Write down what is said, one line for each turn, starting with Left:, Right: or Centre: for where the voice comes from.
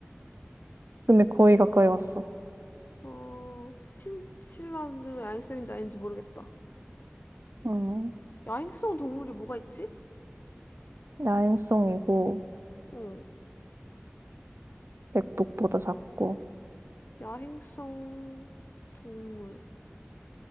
Right: 근데 거의 가까이 왔어.
Left: 어, 친칠라도 야행성인지 아닌지 모르겠다.
Right: 응,
Left: 야행성 동물이 뭐가 있지?
Right: 야행성이고,
Left: 어,
Right: 맥북보다 작고.
Left: 야행성 동물